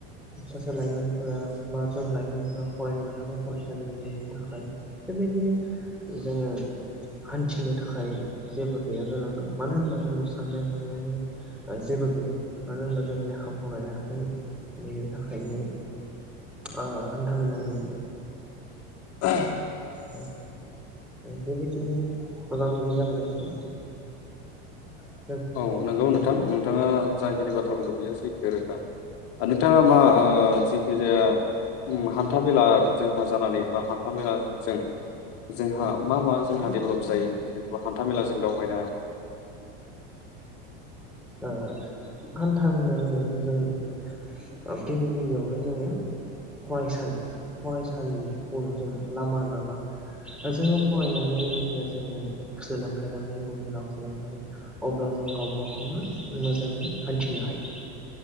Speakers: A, in the centre; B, on the left.
A: सासे लाइमोनफोरा बा जों लाइमोनफोरा फरायनो मोनाखै फरायसालि गैयैनि थाखाय बेबायदिनो जोङो हान्थिनो थाखाय जेबो गैया जालांदों मानो होनोबा जों साननाय हनायानो जेबो गैया मानो होनबा जों लेखा फरायाखै बेनि थाखायनो ओ हान्थामेलानि
B: <unintelligible>
A: औ बेबायदिनो मोगा मोगि जाबोगासिनो दं।
B: औ नंगौ नोंथां नोंथाङा जाखिनि बाथ्रा बुंदों बेयो सैथो रोखा नोंथाङा मा आ जिखि जाया उम हान्था मेला जोंहा जानानै बा हान्था-मेलाजों जोंहा मा मा जोंहा डेभेलप जायो जेनबा हान्था मेलाजों दावबायनाया।
A: ओ हान्था मेला जोङो गिबि गिबियावनो जोङो फरायसालि फरायसालिनि उनाव जोङो लामा दालां जोङो फरायनानै जेथिया जोङो सोलोंथाइ लांगोन गुन गोनां सोलोंथाइ अब्ला जों गावबा गावनो मोजाङै हान्थिनो हायो